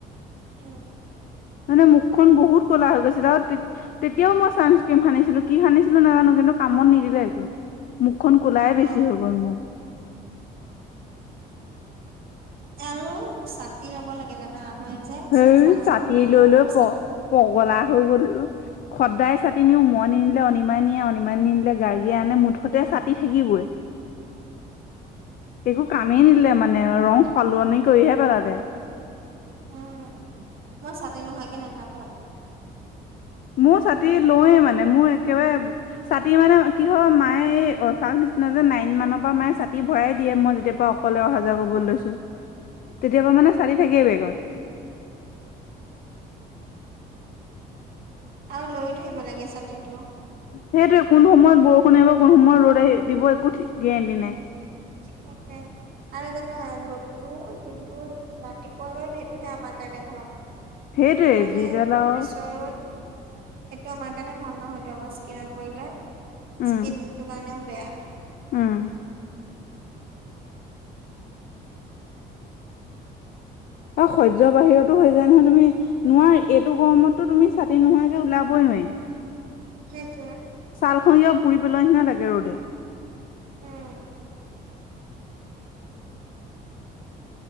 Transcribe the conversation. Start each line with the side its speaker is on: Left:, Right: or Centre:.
Right: উম!
Left: মানে মুখখন বহুত ক'লা হৈ গৈছিলে। আৰু তে তেতিয়াও মই চানচক্ৰীম সানিছিলো কি সানিছিলো নাজানো? কিন্তু কামত নিদিলে একো। মুখখন কুলাই বেছি
Right: অ
Left: হৈ গ'ল মোৰ।
Right: আৰু ছাতি ল'ব লাগে জানা! মই যে
Left: সেই
Right: চানচক্ৰীন
Left: ছাতি
Right: সানিলেও
Left: লৈ লৈ
Right: মই
Left: প
Right: ছাতি
Left: পগলা হৈ কৰি থৈছোঁ। সদায় ছাতি নিও। মই নিনিলে অনিমাই নিয়ে, অনিমাই নিনিলে গাৰ্গিয়ে আনে মুঠতে ছাতি থাকিবই।
Right: <unintelligible>
Left: একো কামেই নিদিলে মানে, ৰং সলনি কৰিহে পেলালে।
Right: উম! মই ছাতি নোহোৱাকে নথাকো।
Left: মোৰ ছাতি লওৱে মানে মোৰ একেবাৰে ছাতি মানে কি হয় মায়ে এই অভ্যাস নিচিনা যে, নাইন মানৰ পৰা মায়ে ছাতি ভৰাই দিয়ে মই যেতিয়া পৰা অকলে, অহা যোৱা কৰিবলৈ লৈছোঁ।
Right: <inaudible>
Left: তেতিয়াপা মানে, ছাতি থাকেই বেগত।
Right: আৰু লৈ থাকিব লাগে ছাতিটো।
Left: সেইটোৱে কোন সময়ত বৰষুণ এৰিব, কোন সময়ত ৰ'দ আহি দিব একো থিকে গেৰেণ্টি নাই।
Right: তাকে! আৰু জানা! ৰ'দটো যোনটো ৰাতিপুৱা ৰ'দ সেইটোহে আমাৰ কাৰণে ভাল।
Left: সেইটোৱে
Right: যোনটো মানে
Left: যিডাল আৰু
Right: পিছৰ ৰদ সেইটো আমাৰ কাৰণে ভাল নহয়টো, আমাৰ স্কিনত পৰিলে
Left: উম
Right: স্কিনটো কাৰণেও বেয়া।
Left: উম অ' সহ্য বাহিৰতো হৈ যায় নহয়, তুমি নোৱাৰি এইটো গৰমতো তুমি ছাতি নোহোৱা কে ওলাবই নোৱাৰি।
Right: সেইটোৱে।
Left: ছালখন কিবা পুৰি পেলোৱা নিচিনা লাগে ৰ'দে।
Right: উম